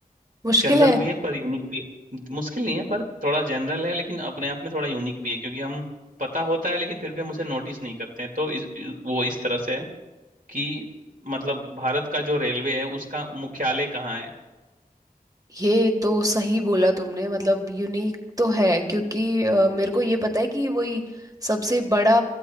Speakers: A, on the right; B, on the right.
A: मुश्किल
B: जनरल
A: है
B: भी है पर यूनिक भी है मुश्किल नहीं है पर थोड़ा जनरल है लेकिन अपने आप में थोड़ा यूनिक भी है क्योंकि हम पता होता है लेकिन फिर भी हम उसे नोटिस नहीं करते हैं तो इस, वो इस तरह से है कि मतलब भारत का जो रेलवे है उसका मुख्यालय कहाँ है
A: ये तो सही बोला तुमने मतलब यूनिक तो है क्योंकि अ, मेरे को ये पता है कि वही सबसे बड़ा